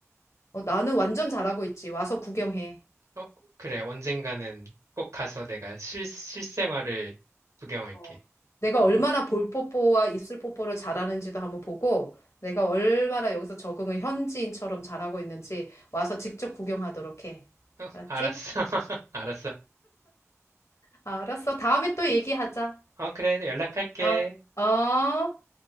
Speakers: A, on the left; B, on the right.
A: 어, 나는 완전 잘하고 있지. 와서 구경해.
B: 어, 그래. 언젠가는 꼭 가서 내가 실, 실생활을 구경할게.
A: 어, 내가 얼마나 볼 뽀뽀와 입술 뽀뽀를 잘하는지도 한번 보고, 내가 얼마나 여기서 적응을 현지인처럼 잘하고 있는지 와서 직접 구경하도록 해.
B: 어,
A: 알았지?
B: 알았어. <laughs> 알았어.
A: 알았어. 다음에 또 얘기하자.
B: 어, 그래. 연락할게.
A: 어, 어.